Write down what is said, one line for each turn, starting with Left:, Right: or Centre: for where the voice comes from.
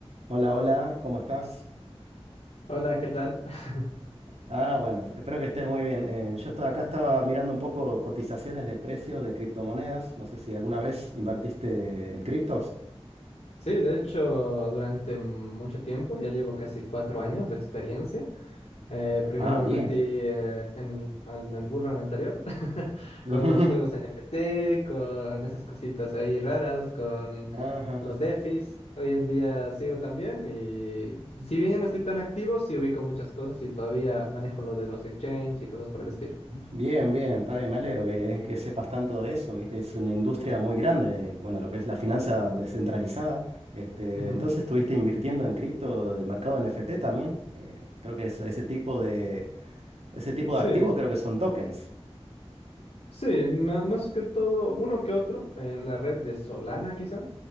Right: Hola, hola, ¿cómo estás?
Left: Hola, ¿qué tal? <laughs>
Right: Ah, bueno, f- espero que estés muy bien. Eh, yo estaba acá estaba mirando un poco cotizaciones de precios de criptomonedas. No sé si alguna vez invertiste en criptos.
Left: Sí, de hecho, durante mucho tiempo, ya llevo casi cuatro años de experiencia. Eh, primero
Right: Ah,
Left: me
Right: bien.
Left: metí eh, en el, al- en el bull run anterior <laughs>
Right: <laughs>
Left: con los juegos NFT, con esas cositas ahí raras, con
Right: Ajá.
Left: los DeFis. Hoy en día sigo también y y si bien ya no estoy tan activo, sí ubico muchas cosas y todavía manejo lo de los exchanges y cosas por el estilo.
Right: Bien, bien, está bien, me alegro que, que sepas tanto de eso, ¿viste? Es una industria muy grande, bueno, lo que es la finanza descentralizada. Este,
Left: Ujú.
Right: entonces estuviste invirtiendo en cripto del mercado NFT también. Eh, creo que es- ese tipo de, ese tipo
Left: Sí,
Right: de activo creo que son tokens.
Left: sí, ma- más que todo, uno que otro en la red de Solana quizá.